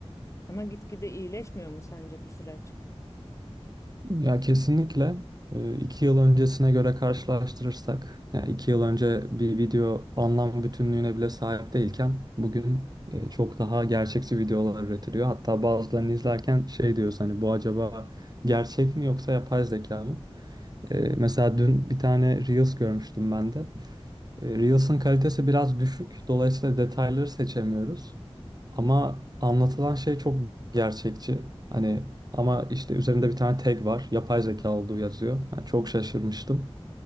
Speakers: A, on the left; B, on the right.
A: Ama gitgide iyileşmiyor mu sence bu süreç?
B: Ya kesinlikle e, iki yıl öncesine göre karşılaştırırsak, yani iki yıl önce bir video anlam bütünlüğüne bile sahip değilken bugün e, çok daha gerçekçi videolar üretiliyor. Hatta bazılarını izlerken şey diyoruz hani bu acaba gerçek mi yoksa yapay zeka mı? E, Mesela dün bir tane Reels görmüştüm ben de. E, Reels'ın kalitesi biraz düşük, dolayısıyla detayları seçemiyoruz. Ama anlatılan şey çok gerçekçi. Hani ama işte üzerinde bir tane tag var. Yapay zeka olduğu yazıyor. Yani çok şaşırmıştım.